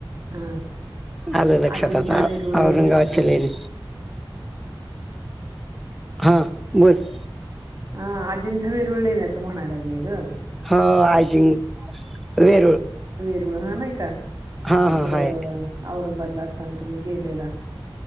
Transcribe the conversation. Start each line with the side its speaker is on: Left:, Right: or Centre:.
Right: हा
Centre: आलं लक्षात
Right: अजिंठावीरुळलेण्याचं
Centre: आता औरंगाबादच्या लेणे हां बोल
Right: ह अजिंठा वेरुळलेण्याचं म्हणायला लागलेय ग
Centre: हा आयजिंग वेरूळ
Right: ळ हा नाही का
Centre: हा
Right: तिकड
Centre: हा हाय
Right: औरंगाबादला असताना तुम्ही गेलेला